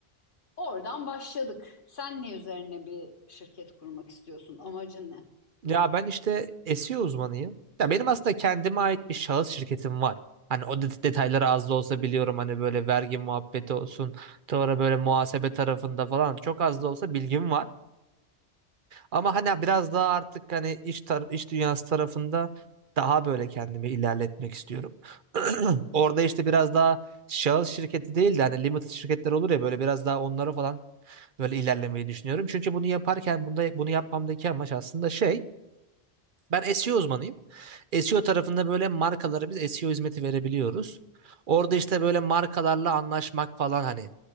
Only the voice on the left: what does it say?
Oradan başladık. Sen ne üzerine bir şirket kurmak istiyorsun? Amacın ne?